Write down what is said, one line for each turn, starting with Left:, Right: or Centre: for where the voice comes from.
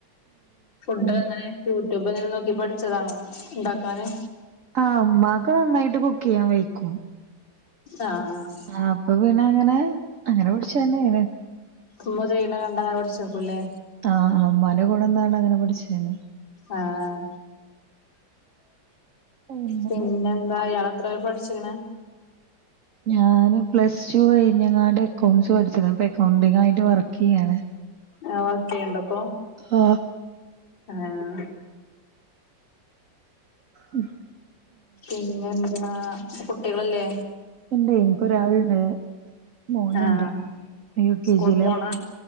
Left: ഫുഡോക്കെ
Right: ഉം
Left: എങ്ങനെ യു ട്യൂബ്ങ്ങാനും നോക്കി പഠിച്ചതാണോ ഇണ്ടാക്കാന്
Right: ആഹ് ഉമ്മാക്ക് നന്നായിട്ട് കുക്ക് ചെയ്യാൻ വെയ്ക്കും
Left: ആഹ്
Right: ആഹ് അപ്പോ പിന്നെ അങ്ങനെ അങ്ങനെ പഠിച്ച തന്നെയാണ്
Left: ഉമ്മ ചെയ്യണ കണ്ട് അങ്ങനെ പഠിച്ചേക്കുലെ
Right: ആഹ് ഉമ്മാന്റെ കൂടെ നിന്നാണ് അങ്ങനെ പഠിച്ചേന്
Left: ആഹ്
Right: അങ്ങനെ
Left: പിന്നെ എന്താ ഇയാ എത്രവരെ പഠിച്ചിക്ക്ണ്
Right: ഞാന് പ്ലസ് ടു കഴിഞ്ഞ്ങ്ങാണ്ട് എക്കൗണ്ട്സ് പഠിച്ചതാ ഇപ്പോ എക്കൗണ്ടിങ്ങായിട്ട് വർക്ക് ചെയ്യാണ്
Left: ആഹ് വർക്കെയേണ്ടപ്പോ
Right: ആഹ്
Left: ആഹ്
Right: ഉം
Left: പിന്നെ എന്താ കുട്ടികളില്ലേ
Right: ഇണ്ട് എനിക്കൊരാള്ണ്ട് മോനുണ്ട്
Left: ആഹ്
Right: യു കെ
Left: സ്കൂൾ
Right: ജിലാ
Left: പോണ
Right: പഠിക്കണ